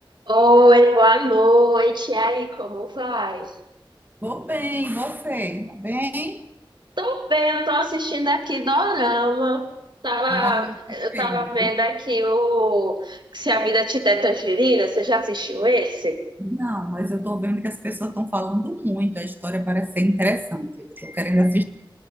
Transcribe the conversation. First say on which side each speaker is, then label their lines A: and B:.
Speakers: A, on the right (about 60°); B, on the right (about 20°).
A: Oi, boa noite. E aí, como vai?
B: Vou bem, você? Tá bem?
A: Tô bem, eu tô assistindo aqui Dorama. Tava,
B: Ah, tô
A: eu
B: bem.
A: tava vendo aqui o Se a Vida Te Der Tangerina. Você já assistiu esse?
B: Não, mas eu tô vendo que as pessoas estão falando muito. A história parece ser interessante. Eu tô querendo assistir.